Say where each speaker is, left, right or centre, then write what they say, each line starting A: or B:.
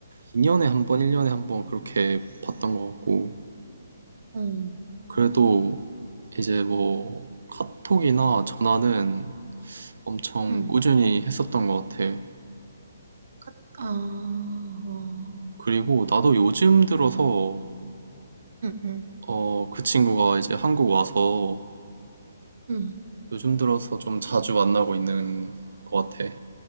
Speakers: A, on the right; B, on the right.
A: 2년에 한 번, 1년에 한 번 그렇게 봤던 것 같고,
B: 응,
A: 그래도 이제 뭐 카톡이나 전화는 엄청
B: 응.
A: 꾸준히 했었던 것 같아.
B: 가- 아, 어,
A: 그리고 나도 요즘 들어서
B: 응, 응,
A: 어, 그 친구가 이제 한국 와서
B: 응.
A: 요즘 들어서 좀 자주 만나고 있는 것 같아.